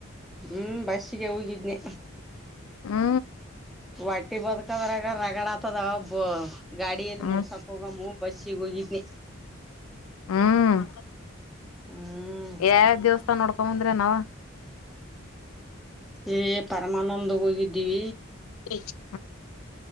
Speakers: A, in the centre; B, on the left.
A: ಹ್ಮ್ ಬಸ್ಗೆ ಹೋಗಿದ್ನಿ..
B: ಹ್ಮ.
A: ಒಟ್ಟಿ ಬದಕದ್ರಗ ರಗಡ ಆತದ ಬ ಗಾಡಿಯಲ್ಲಿ
B: ಹ್ಮ್
A: ಮುಗಸನ. ಹೋಗಮ್ಮ ಬಸ್ಸಿಗೆ ಹೋಗಿದ್ನಿ.
B: ಹ್ಮ್.
A: ಹ್ಮ್.
B: ಯಾವ ಯಾವ ದಿವವಸ್ಥಾನ ನೋಡ್ಕೊಂಬ ಬಂದ್ರ ನವ್.
A: ಏ ಪರಮಾನಂದ್ಗೆ ಹೋಗಿದ್ದೀವಿ.
B: <inaudible>